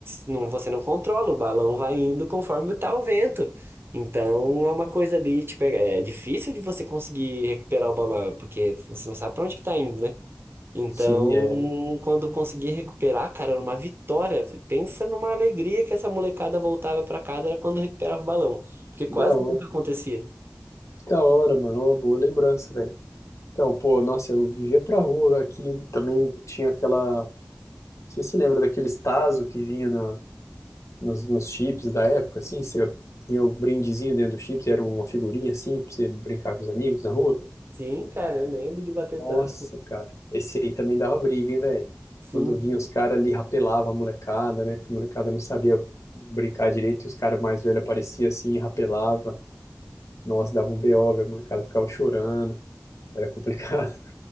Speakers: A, on the right; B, on the left.
A: Não, você não controla, o balão vai indo conforme tá o vento. Então é uma coisa ali, tipo, é é difícil de você conseguir recuperar o balão, porque você não sabe pra onde que tá indo, né? Então,
B: Sim, é.
A: quando eu consegui recuperar, cara, era uma vitória. Pensa numa alegria que essa molecada voltava pra casa era quando recuperava o balão, porque quase
B: Que da hora.
A: nunca acontecia.
B: Da hora, mano. Uma boa lembrança, velho. Então, pô, nossa, eu vivia pra rua aqui. Também tinha aquela. Não sei se você lembra daqueles Tazo que vinha na- nos, nos chips da época, assim? Você vinha o brindezinho dentro do chips e era uma figurinha assim pra você brincar com os amigos na rua.
A: Sim, cara, eu lembro de bater
B: Nossa,
A: tarde.
B: cara. Esse aí também dava briga, hein, velho?
A: Sim.
B: Quando vinha os caras ali, rapelava a molecada, né? Que a molecada não sabia brincar direito e os caras mais velhos apareciam assim e rapelava. Nossa, dava um BO, velho. A molecada ficava chorando. Era complicado.